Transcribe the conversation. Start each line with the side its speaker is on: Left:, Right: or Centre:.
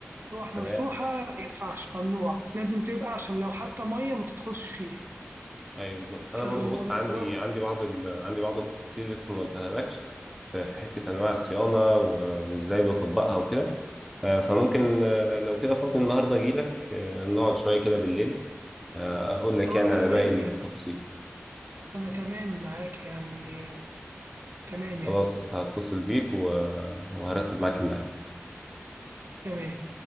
Right: لوح
Centre: تمام
Right: مفتوحة ما ينفعش ممنوع لازم تبقى عشان لو حتى مية ما تدخلش فيها
Centre: ايوه بالظبط انا
Right: فخلاص
Centre: برضو بص عندي عندي بعض ال... عندي بعض التفاصيل اللي لسه ما قلتها لكش في في حته انواع الصيانه و... وازاي بطبقها وكده آه، فممكن آه، لو كده فاضي النهارده اجي لك نقعد شويه كده بالليل آه، اقول لك
Right: اه
Centre: يعني على
Right: تمام
Centre: باقي التفاصيل
Right: أنا تمام معاك يعني تمام يعني
Centre: خلاص هتصل بيك و- وهرتب معاك الميعاد
Right: تمام